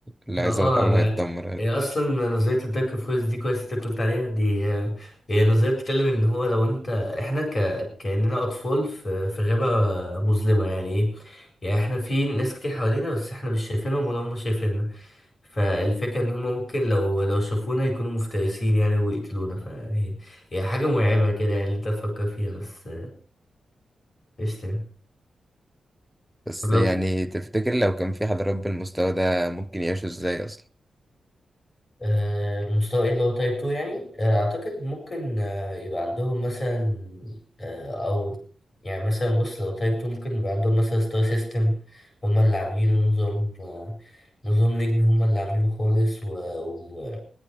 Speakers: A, in the centre; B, on the left.
A: اللي
B: ما
A: هيظهر
B: اه
A: الأول
B: ما
A: هيتدمر
B: هي اصلا نظرية الدارك فورس دي كويس انت قلت عليها دي آه، هي نظرية بتتكلم ان هو لو انت احنا ك... كأننا اطفال في... في غابة مظلمة يعني ايه يعني احنا في ناس كتير حوالينا بس احنا مش شايفينهم ولا هم شايفيننا فالفكرة ان هما ممكن لو لو شافونا يكونوا مفترسين يعني ويقتلونا فهي هي حاجة مرعبة كده يعني اللي انت تفكر فيها بس ايش تاني
A: بس
B: طب لو
A: يعني تفتكر لو كان في حضارات بالمستوى ده ممكن يعيشوا ازاي اصلا
B: آه، المستوى ايه اللي هو تايب 2 يعني آه، اعتقد ممكن آه، يبقى عندهم مثلا آه، او يعني مثلا بص لو تايب 2 ممكن يبقى عندهم مثلا ستار سيستم هما اللي عاملينه نظام آه، نظام نجمي هما اللي عاملينه خالص و... و...